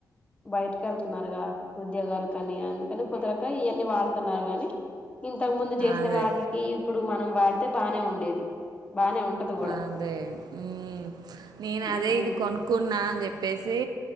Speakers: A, on the left; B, on the right.
A: బయటికి ఎళ్తున్నారుగా ఉద్యోగాలు కాని అందుకని కుదరకా ఇయన్నీ వాడుతున్నారు కాని ఇంతవు ముందు చేసే
B: అదే
A: వాటికి ఇప్పుడు మనం వాడి తే బానే ఉండేది. బానే ఉంటది కూడా
B: అదే ఉ నేను
A: హ్మ్
B: అదే ఇది కొనుక్కున్నా అని చెప్ ప్పేసి